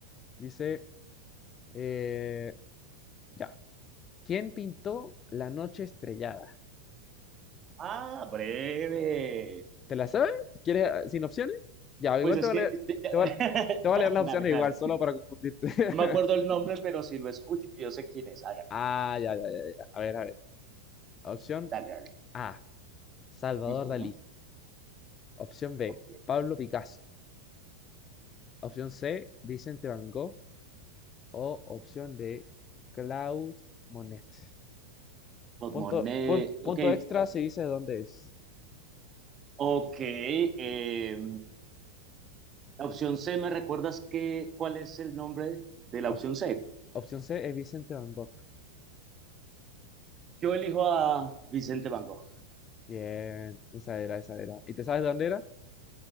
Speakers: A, on the left; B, on the right.
A: Dice, eh, ya. ¿Quién pintó La noche estrellada?
B: Ah, breve.
A: ¿Te la sabes? Si ¿Quieres eh, sin opciones? Ya,
B: Pues
A: igual
B: es
A: te voy
B: que.
A: a leer,
B: <laughs>
A: te voy a, te voy a leer las opciones
B: Dale, dale.
A: igual, solo para confundirte. <laughs>
B: No me acuerdo el nombre, pero si lo escucho, yo sé quién es. Hágale,
A: Ah, ya, ya, ya, ya. A ver, a ver. Opción
B: dale, dale.
A: A, Salvador
B: Ujú,
A: Dalí. Opción B,
B: Ok.
A: Pablo Picasso. Opción C, Vicente Van Gogh. O opción D, Claude Monet.
B: Pulmoné.
A: Punto, pun- punto
B: Ok,
A: extra si dice dónde es.
B: Ok, eh, la opción C, ¿me recuerdas qué, cuál es el nombre de la
A: Op-
B: opción C?
A: opción C es Vicente Van Gogh.
B: Yo elijo a Vicente Van Gogh.
A: Bien, esa era, esa era. ¿Y te sabes de dónde era?